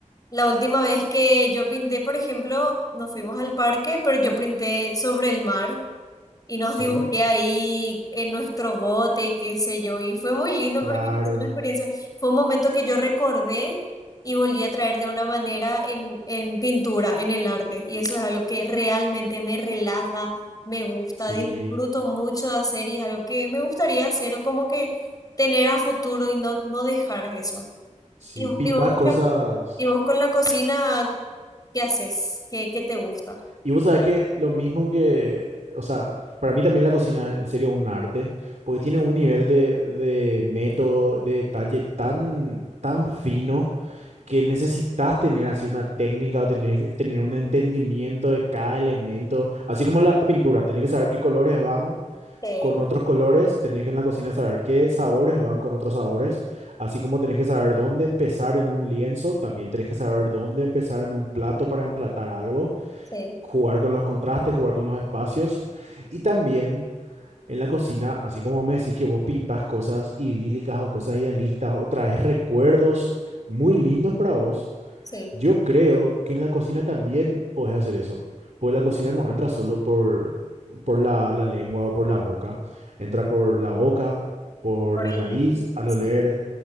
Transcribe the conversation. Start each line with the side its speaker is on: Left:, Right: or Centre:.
Left: La última vez que yo pinté, por ejemplo, nos fuimos al parque, pero yo pinté sobre el mar y nos
Right: ¿sí?
Left: dibujé ahí en nuestro bote y qué sé yo. Y fue muy lindo
Right: Claro,
Left: porque fue una experiencia, fue un momento que yo recordé y volví a traer de una manera en, en pintura, en el arte. Y eso es algo que realmente me relaja, me gusta,
Right: sí,
Left: disfruto mucho de hacer y es algo que me gustaría hacer o como que tener a futuro y no, no dejar eso.
Right: sí,
Left: ¿Y,
Right: pintas
Left: y vos con
Right: cosas.
Left: la, y vos con la cocina, qué haces? ¿Qué, qué te gusta?
Right: Y vos sabés que lo mismo que, o sea, para mí también la cocina es en serio un arte, porque tiene un nivel de, de método, de detalle tan, tan fino que necesitas tener así una técnica o tener, tener un entendimiento de cada elemento, así como la pintura, tenés que saber qué colores van
Left: Sí,
Right: con otros colores, tenés que en la cocina saber qué sabores van con otros sabores, así como tenés que saber dónde empezar en un lienzo, también tenés que saber dónde empezar en un plato para emplatar algo
Left: sí,
Right: jugar con los contrastes, jugar con los espacios y también en la cocina, así como me decís que vos pintás cosas idílicas o cosas idealistas o traes recuerdos muy lindos para vos,
Left: sí.
Right: yo creo que en la cocina también podés hacer eso, Pues la cocina no entra solo por, por la, la lengua o por la boca, entra por la boca, por
Left: Por
Right: la
Left: el...
Right: nariz al
Left: Sí,
Right: oler,